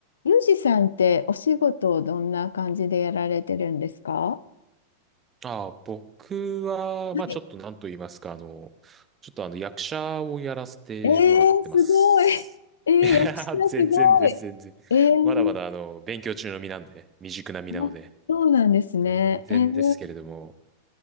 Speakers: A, on the left; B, on the right.
A: ユージさんってお仕事をどんな感じでやられてるんですかは
B: ああ、僕は、
A: い。
B: まあちょっとなんと言いますか、あの、ちょっとあの役者をやらせてもらってます。
A: えー、すごい。<laughs> えー、
B: <laughs> いや、
A: 役者すごい。
B: 全然です、全然。
A: えー、
B: まだまだあの、勉強中の身なんで、未熟な身なので、
A: あそうなんですね。
B: 全然ですけれども、
A: えー、